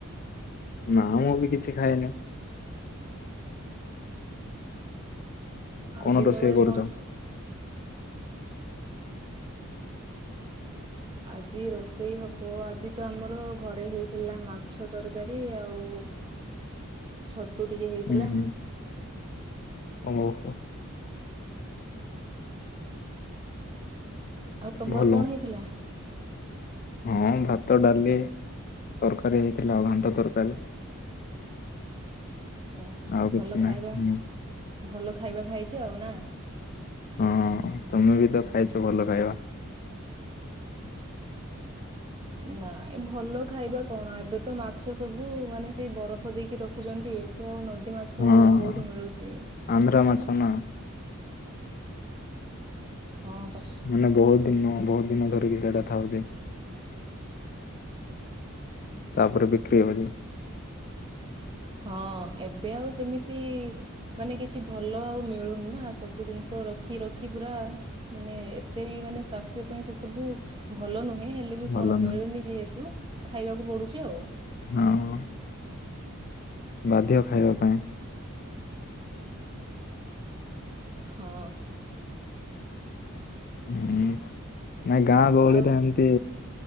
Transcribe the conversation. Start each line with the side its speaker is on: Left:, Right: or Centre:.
Left: ନାଁ ମୁଁ ବି କିଛି ଖାଇନି।
Right: ଆଉ
Left: କଣ
Right: ଦିନ
Left: ରୋଷେଇ
Right: ବେଳେ
Left: କରୁଚ?
Right: କଣ ଆଜି ରୋଷେଇ ହବ ଆଜି ତ ଆମର ଘରେ ହେଇଥିଲା ମାଛ ତରକାରୀ ଆଉ ଛତୁ ଟିକେ ହେଇଥିଲା,
Left: ଉଁ ହୁଁ ଓହୋ
Right: ଆଉ ତମର
Left: ଭଲ
Right: କଣ ହେଇଥିଲା?
Left: ହଁ ଭାତ, ଡାଲି, ତରକାରୀ ହେଇଥିଲା ଆଉ ଘାଣ୍ଟ ତରକାରୀ।
Right: <unintelligible> ଆଛା
Left: ଆଉ
Right: ଭଲ
Left: କିଛି
Right: ଖାଇବା
Left: ନାହିଁ ହୁଁ।
Right: ଭଲ ଖାଇବା ଖାଇଛ ଆଉ ନାଁ।
Left: ହଁ ତମେ ବି ତ ଖାଇଛ ଭଲ ଖାଇବା।
Right: ନାଁ ଏ ଭଲ ଖାଇବା କଣ ଏବେ ତ ମାଛ ସବୁ ମାନେ ସେଇ ବରଫ ଦେଇକି ରଖୁଛନ୍ତି ଏବେ ଆଉ ନଦୀ ମାଛ
Left: ହଁ
Right: କୋଉଠୁ ମିଳୁଛି?
Left: ଆନ୍ଧ୍ରା ମାଛ ନା
Right: ହଁ ବା
Left: ମାନେ ବହୁତ ଦିନ ବହୁତ ଦିନ ଧରିକି ସେଇଟା ଖାଉଛେ। ତାପରେ ବିକ୍ରି ହେଉଛି
Right: ହଁ ଏବେ ଆଉ ସେମିତି ମାନେ କିଛି ଭଲ ଆଉ ମିଳୁନି ନାଁ ସବୁ ଜିନିଷ ରଖି ରଖି ପୁରା ମାନେ ଏତେ ବି ମାନେ ସ୍ଵାସ୍ଥ୍ୟ ପାଇଁ ସେସବୁ ଭଲ ନୁହଁ ନୁହେଁ ହେଲେ ବି
Left: ଭଲ
Right: କଣ
Left: ନା
Right: ମିଳୁନି ଯେହେତୁ ଖାଇବାକୁ ପଡୁଛି ଆଉ।
Left: ହଁ ବାଧ୍ୟ ଖାଇବା ପାଇଁ।
Right: ହଁ
Left: ହୁଁ ନାଇଁ ଗାଁ ଗହଳିରେ
Right: ଆଉ
Left: ଏମିତି